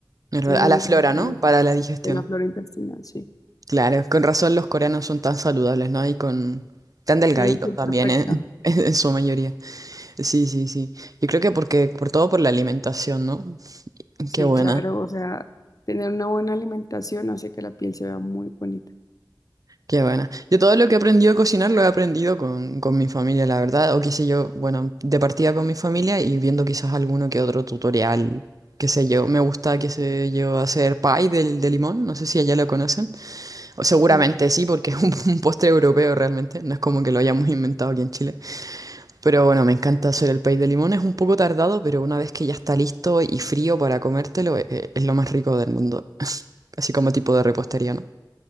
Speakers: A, on the right; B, on the left.
A: Es
B: es
A: verdad.
B: muy,
A: A la flora,
B: muy
A: ¿no?
B: bueno.
A: Para la digestión.
B: de la flora intestinal, sí.
A: Claro, con razón los coreanos son tan saludables, ¿no? Y con tan delgaditos
B: Tiene la piel
A: también,
B: perfecta.
A: ¿eh? <laughs> En su mayoría. Sí, sí, sí. Yo creo que porque, por todo por la alimentación, ¿no?
B: Sí,
A: Qué buena,
B: claro, o sea, tener una buena alimentación hace que la piel se vea muy bonita.
A: qué buena. Yo todo lo que he aprendido a cocinar lo he aprendido con, con mi familia, la verdad. O qué sé yo, bueno, de partida con mi familia y viendo quizás alguno que otro tutorial, qué sé yo. Me gusta, qué sé yo, hacer pie del de limón. No sé si allá lo conocen. O seguramente
B: Sí,
A: sí, porque <laughs> es un, un postre europeo realmente. No es como que lo hayamos inventado aquí en Chile. Pero bueno, me encanta hacer el pay de limón. Es un poco tardado, pero una vez que ya está listo y frío para comértelo, e- e- es lo más rico del mundo. <laughs> Así como tipo de repostería, ¿no?